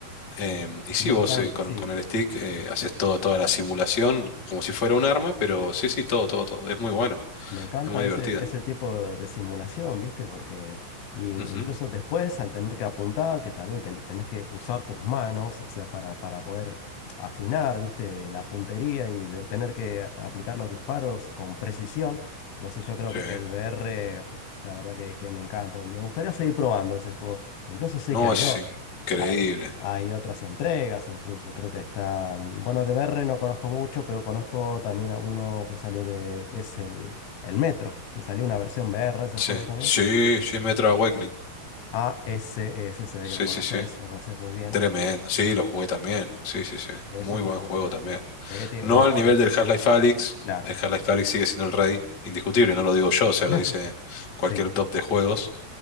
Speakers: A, on the left (about 30°); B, on the left (about 75°).
A: Eh, y sí,
B: Me
A: vos
B: encanta,
A: eh, con,
B: sí.
A: con el stick eh, haces todo, toda la simulación como si fuera un arma, pero sí, sí, todo, todo, todo. Es muy bueno,
B: Me encanta
A: es muy divertida.
B: ese, ese tipo de, de simulación, ¿viste? Porque in-
A: Ujú,
B: incluso después, al tener que apuntar, que también ten- tenés que usar tus manos, o sea, para, para poder afinar, ¿viste? La puntería y de- tener que a- aplicar los disparos con precisión. No sé, yo creo
A: sí.
B: que el VR, la verdad que, que me encanta y me gustaría seguir probando ese juego. Incluso sé
A: No,
B: que hay,
A: es
B: o-
A: increíble.
B: hay, hay otras entregas, incluso creo que está, mm, bueno, de VR no conozco mucho, pero conozco también a uno que salió de, es el el Metro, y salió una versión VR de ese
A: Sí,
B: juego también.
A: sí, sí, Metro Awakening.
B: A ese, ese se ve
A: Sí,
B: que lo conoces,
A: sí, sí.
B: lo conoces muy bien.
A: Tremendo.
B: Eh,
A: Sí, lo jugué también. Sí, sí, sí.
B: Ese
A: Muy
B: tiene,
A: buen juego también.
B: ¿de qué tiene
A: No
B: una historia?
A: al nivel del Half-Life Alyx.
B: Claro,
A: El Half-Life Alyx sigue siendo el rey, indiscutible, no lo digo yo, o sea,
B: <laughs>
A: lo dice cualquier
B: sí.
A: top de juegos.